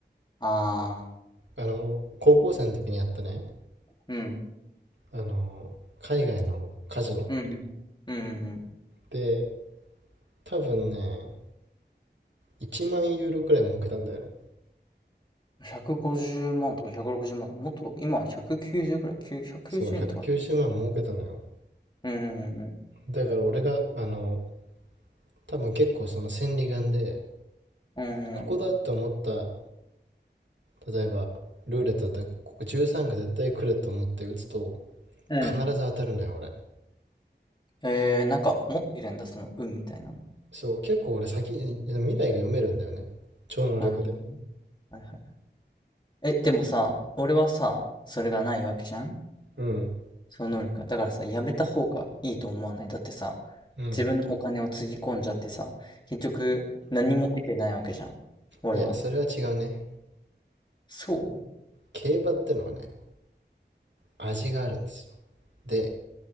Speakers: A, on the left (about 25°); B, on the right (about 85°).
A: ああ、
B: あの、高校生の時にやったね、
A: うん。
B: あの、海外のカジノ。
A: うん。うん。
B: で、多分ね、1万ユーロくらい儲けたんだよね。
A: うん。150万とか160万とか、もっと、今190くきゅうじゅうくらい、9 190円とかだ。
B: そう、190万儲けたのよ。
A: うん。
B: だから俺が、あの、多分結構その千里眼で、
A: うん。うん。
B: ここだって思った、例えば、ルーレットだったら、ここ13が絶対来ると思って打つと、
A: う
B: 必ず当たるのよ、俺。
A: んえー、なんか持ってるんだ、その運みたいなの。
B: そう、結構俺先に、未来が読めるんだよね。超能力で。
A: なるほどね。はいはい。え、でもさ、俺はさ、それがないわけじゃん
B: うん、
A: その能力が。だからさ、やめた方がいいと思わない。だってさ、
B: うん。
A: 自分のお金をつぎ込んじゃってさ、結局何も得てないわけじゃん。俺は。
B: いや、それは違うね。
A: そ
B: 競馬ってのはね、味があるんですよ。で、